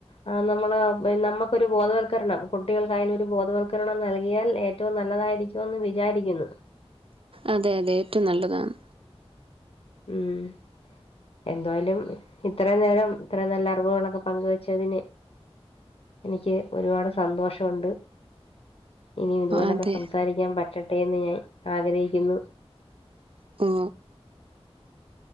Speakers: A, on the left; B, on the right.
A: ആ നമ്മള് നമ്മക്കൊരു ബോധവൽക്കരണം കുട്ടികൾക്കായാലു ഒരു ബോധവൽക്കരണം നൽകിയാൽ ഏറ്റവും നല്ലതായിരിക്കും ഒന്നു വിചാരിക്കുന്ന്
B: അതെ അതെ ഏറ്റവും നല്ലതാണ്
A: ഉം എന്തായാലും ഇത്രയും നേരം ഇത്ര നല്ല അറിവുകളൊക്കെ പങ്കുവെച്ചതിന് എനിക്ക് ഒരുപാട് സന്തോഷോണ്ട് ഇനിയും ഇതുപോലൊക്കെ
B: അതെ
A: സംസാരിക്കാൻ പറ്റട്ടെ എന്ന് ഞാൻ ആഗ്രഹിക്കുന്നു
B: ഉം